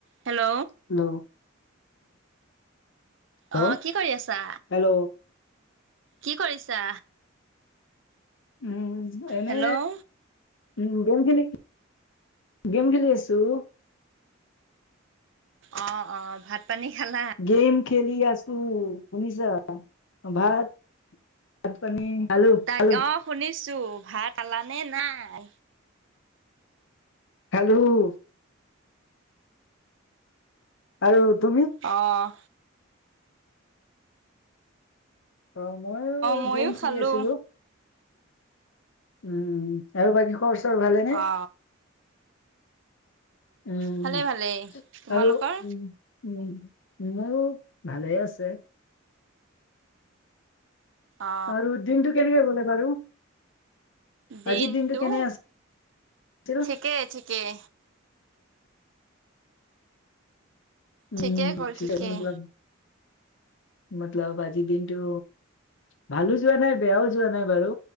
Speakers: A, on the right; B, on the left.
A: হেল্ল'।
B: হেল্ল'। হেল্ল'
A: অ, কি কৰি আছা,
B: হেল্ল'
A: কি কৰিছা?
B: উম, এনে
A: হেল্ল'
B: উম, গেম খেলি- গেম খেলি আছোঁ।
A: অ, অ, ভাত পানী খালা?
B: গেম খেলিআছোঁ। শুনিছা ভাত? ভাত পানী খালোঁ-
A: তাক
B: খালোঁ।
A: অ শুনিছো, ভাত খালানে নাই?
B: খালোঁ। আৰু তুমি?
A: অঁ।
B: অ, মইও
A: ময়ো
B: গেম খেলি
A: খালো
B: আছিলোঁ। উম, আৰু বাকী খবৰ- চবৰ ভালেনে?
A: অ
B: উম,
A: ভালে ভালেই তোমালোকৰ
B: আৰু উম, মোৰো ভালে আছে।
A: অ
B: আৰু দিনটো কেনেকে গ'লে বাৰু?
A: দিনটো
B: আজিৰ কেনে আছিল
A: ঠিকেই- ঠিকেই।
B: উম,
A: ঠিকেই গ'ল
B: চিন্তা
A: ঠিকেই
B: কৰিব নালাগে, মতলব আজি দিনটো ভালো যোৱা নাই, বেয়াও যোৱা নাই বাৰু,